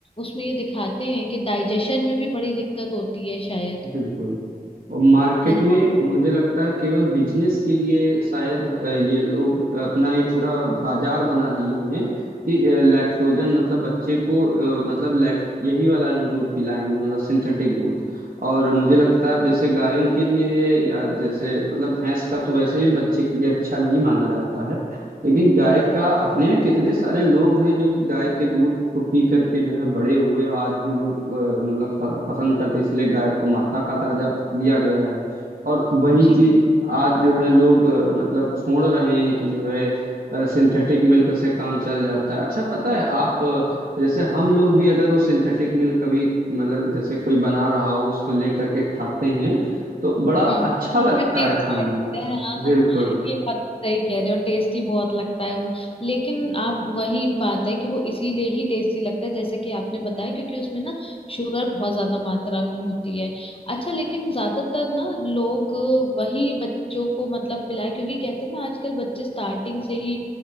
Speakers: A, on the left; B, on the right.
A: उसमें ये दिखाते हैं कि डाइजेशन में भी बड़ी दिक्कत होती है शायद
B: बिल्कुल और मार्केट
A: है ना
B: में मुझे लगता है केवल बिजनेस के लिए शायद अ, ये लोग अपना एक पूरा बाजार बना दिए हैं कि लैक्टोजन मतलब बच्चे को अ, मतलब लैक यही वाला ही दूध पिलाएंगे मतलब सिंथेटिक दूध और मुझे
A: हम्म,
B: लगता है जैसे गायों के लिए है या जैसे मतलब भैंस का तो वैसे भी बच्चे के लिए अच्छा नहीं माना जाता है लेकिन गाय का अपने यहाँ कितने सारे लोग हैं जो कि गाय के दूध को पी करके जो है बड़े हुए और आज भी लोग अ, मतलब प- पसंद करते हैं, इसलिए गाय को माता का दर्जा दिया गया है और वही
A: जी
B: चीज आज जो है लोग अ, मतलब छोड़ रहे हैं कि जो है सिंथेटिक मिल्क से काम चल जाता है अच्छा पता है आप अ, जैसे हम लोग भी अगर वो सिंथेटिक मिल्क कभी मतलब जैसे कोई बना रहा हो उसको ले करके खाते हैं तो बड़ा अच्छा
A: हम्म
B: लगता
A: बड़ा टेस्टी
B: है खाने
A: लगता
B: में
A: है हाँ
B: बिल्कुल
A: हाँ हाँ। ये बात तो सही कह रहे हो टेस्टी बहुत लगता है वो लेकिन आप वही बात है कि वो इसीलिए ही टेस्टी लगता है जैसे कि आपने बताया क्योंकि उसमें ना शुगर बहुत ज्यादा मात्रा में होती है अच्छा लेकिन ज्यादातर ना लोग वही बच्चों को मतलब पिलाए क्योंकि कहते हैं ना आजकल बच्चे स्टार्टिंग से ही